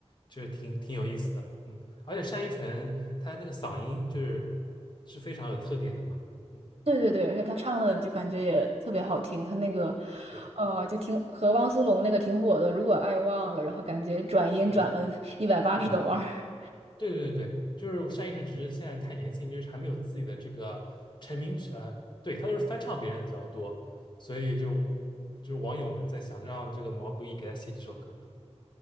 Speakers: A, on the left; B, on the right.
A: 就是挺挺有意思的，嗯，而且单依纯她那个嗓音就是是非常有特点的嘛，嗯，
B: 对对对，而且他唱的就感觉也特别好听，他那个，
A: 对，
B: 呃，就挺和汪苏泷那个挺火的，《如果爱忘了》，然后感觉转音转了
A: 嗯
B: <laughs> 一百八十个弯儿。
A: 嗯对对对，就是单依纯，只是现在太年轻，就是还没有自己的这个成名曲，呃，对，他都是翻唱别人的比较多，所以就就是网友们在想让这个毛不易给他写几首歌，